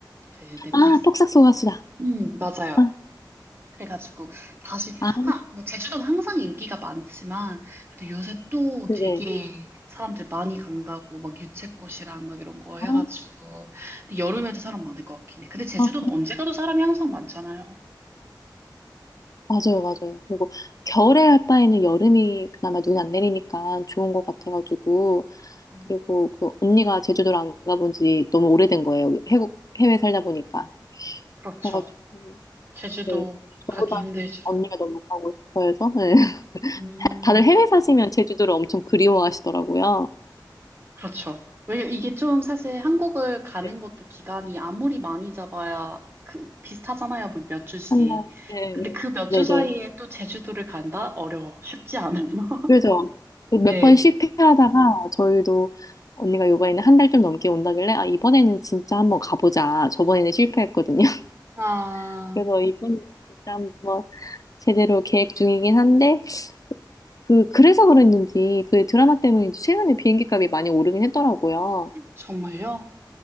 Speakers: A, on the right; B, on the left.
A: 그 넷플릭스.
B: 아, 폭삭 속가수다
A: 음, 맞아요.
B: 아,
A: 그래가지고 다시
B: 아,
A: 하, 뭐 제주도는 항상 인기가 많지만 그래도 요새 또
B: 네네.
A: 되게 사람들 많이 간다고 막 유채꽃이랑 막 이런 거 해가지고
B: 아,
A: 근데 여름에도 사람 많을 것 같긴 해. 근데 제주도는
B: 어,
A: 언제 가도 사람이 항상 많잖아요.
B: 맞아요, 맞아요. 그리고 겨울에 할 바에는 여름이 그나마 눈이 안 내리니까 좋은 것 같아가지고.
A: 음,
B: 그리고 그 언니가 제주도를 안 가본 지 너무 오래된 거예요. 해국, 해외 살다 보니까.
A: 그렇죠.
B: 그래가지고,
A: 제주도
B: 네. 저보다는
A: 가기 힘들죠.
B: 언니가 너무 가고 싶어 해서. 네. <laughs>
A: 음.
B: 다들 해외 사시면 제주도를 엄청 그리워하시더라고요.
A: 그렇죠. 왜냐 이게 좀 사실 한국을 가는
B: 네.
A: 것도 기간이 아무리 많이 잡아야 그 비슷하잖아요. 뭐몇 주씩.
B: 한 달, 네,
A: 근데 그 몇
B: 네,
A: 주 사이에
B: 네.
A: 또 제주도를 간다? 어려워. 쉽지 않아요. <laughs>
B: 그래서
A: 네.
B: 몇 번 실패하다가 저희도 언니가 요번에는 한 달 좀 넘게 온다길래 아 이번에는 진짜 한번 가보자. 저번에는 실패했거든요. <laughs>
A: 아,
B: 그래서 이번에 진짜 한번 제대로 계획 중이긴 한데 그 그래서 그랬는지 그 드라마 때문인지 최근에 비행기 값이 많이 오르긴 했더라고요.
A: 정말요?